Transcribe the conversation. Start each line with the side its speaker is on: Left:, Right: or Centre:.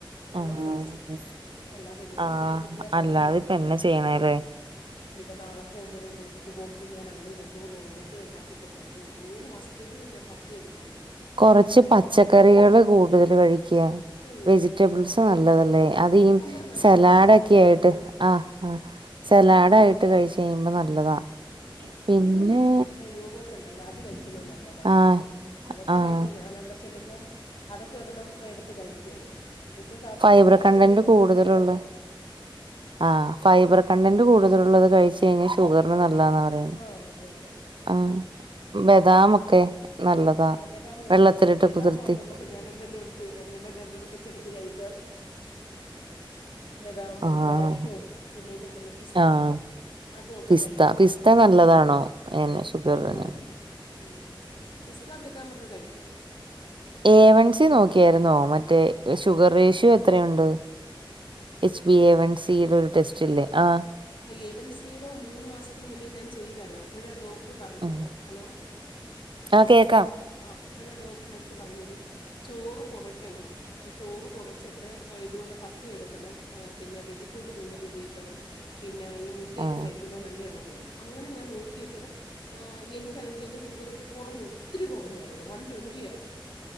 Left: അങ്ങനെ
Right: ആഹ്
Left: കഴിച്ച് അല്ലാതെ വെറും
Right: ആഹ്
Left: മുദ്ധയായിട്ട്
Right: അല്ലാതെ
Left: എങ്ങനെ കഴിക്കൂന്ന്
Right: ഇപ്പ എന്നാ
Left: കരുതി
Right: ചെയ്യണല്ലേ
Left: ഇഞ്ഞിപ്പോ നാളെ പോകുമ്പഴും ഡ്യൂട്ടിക്ക് പോകുമ്പഴും ഞാനങ്ങന കൊണ്ട് പോകുന്നൊള്ളൂ മുദ്ദ ഉണ്ടാക്കി കൊണ്ട്പോവാ ഇഞ്ഞി ഒരു മൂന്ന് മാസത്തേക്ക് ഞാ ത്തിയെടുക്കൻ പോവാ
Right: കൊറച്ച് പച്ചക്കറികള്
Left: ഇത്
Right: കൂടുതല് കഴിയ്ക്ക
Left: ഉം
Right: വെജി റ്റബിൾസ് നല്ലതല്ലേ
Left: ആ
Right: അതി
Left: കുക്കുംബർ നല്ലേ
Right: സലാഡക്കെ
Left: കുക്കുംബർ ക്യാരറ്റ്
Right: ആയിട്ട്
Left: ഉം
Right: ആഹ് ആഹ് സലാഡായിട്ട് കഴിച്ച് കഴിയുമ്പോ നല്ലതാ പിന്നെ
Left: യോഗട്ടുണ്ടല്ലോ അത് കഴിക്കുന്നത് നല്ലതാണ്
Right: ആഹ്
Left: അതൊക്കെ
Right: ആഹ്
Left: കഴിക്കും ഞാനവിടെ ചെല്ലുമ്പം അതൊക്കെ ഒരെണ്ണം എടുത്ത് കഴിയ്ക്കും അങ്ങ് ഉച്ചക്ക് അവിടെ
Right: ഫൈബർ
Left: ആവുമ്പോഴ് ചെന്ന്
Right: കണ്ടന്റ്
Left: കഴിയുമ്പോ
Right: കൂടുതലുള്ള
Left: എടുത്ത് കഴിക്കാല്ലോ
Right: ആഹ് ഫൈബർ കണ്ടന്റ് കൂടുതലുള്ളത് കഴിച്ച് കഴിഞ്ഞ ഷുഗറിന് നല്ലാന്ന പറയുന്നെ
Left: ആഹ് അതെ അതെ
Right: ആഹ് ബദാമൊക്കെ നല്ലതാ
Left: ആഹ് ബദാമ് കഴിക്കുന്നുണ്ട്
Right: വെള്ളത്തിലിട്ട്
Left: ബദാമ്
Right: കുതിർത്തി
Left: അവിടൊള്ളപ്പോ ഞാൻ രണ്ടെണ്ണേടുത്ത് രണ്ടെണ്ണം രണ്ടെണ്ണം വെച്ച് എടുത്ത് കഴിക്കാറുണ്ട് ബദാമും
Right: ആഹ്
Left: കാഷ്യും പിന്നെ ഇതുണ്ടല്ലോ പിസ്ത
Right: ആഹ്
Left: അതുവൊക്കെ
Right: പിസ്ത
Left: കഴിക്കും
Right: പിസ്ത നല്ലതാണോ
Left: ഉം
Right: എന്നെ
Left: പിസ്ത
Right: ഷുഗറിന്
Left: നല്ലതാ ഉം പിസ്ത ബദാമൊക്കെ കഴിക്കാം
Right: ഏവൺ സി നോക്കിയായിരുന്നോ മറ്റേ ഷുഗർ റേഷ്യോ എത്രയുണ്ട് എച്ച് ബി എ വൺ സിൽ ഒരു ടെസ്റ്റ് ഇല്ലേ ആ
Left: ആ് എവൻ സിയുടെോ മൂന്ന് മാസത്തിന് മുന്നേ ഞാൻ ചെയ്തായിരുന്നു അപ്പോഴാ ഡോക്ടർ പറഞ്ഞത്
Right: ഉം
Left: ഹലോ
Right: ആഹ് കേക്കാം
Left: ആഹ് അപ്പോഴാ ഡോക്ടറ് എന്റെടുത്ത് പറഞ്ഞത് ചോറ് കുറയ്ക്കണം ചോറ് കുറച്ചിട്ട് ഇതുപോലെ പത്തിയ എടുക്കണം പിന്നെ വെജിറ്റബിൾ കൂടുതൽ ഉപയോഗിക്കണം പിന്നെ ഈ മുദ്ദയൊക്കെ
Right: ആഹ്
Left: കഴിക്കുന്നത് നല്ലയാണെന്ന് പറഞ്ഞഞ് അങ്ങനെ ഞാൻ നോക്കിയിട്ട് ആഹ് എനിക്ക് അല്ലെങ്കിൽ അങ്ങ് ഷുഗർ കുറഞ്ഞു ഒത്തിരി കുറഞ്ഞായിരുന്നു വൺ ട്വന്റി ആയയിരുന്നു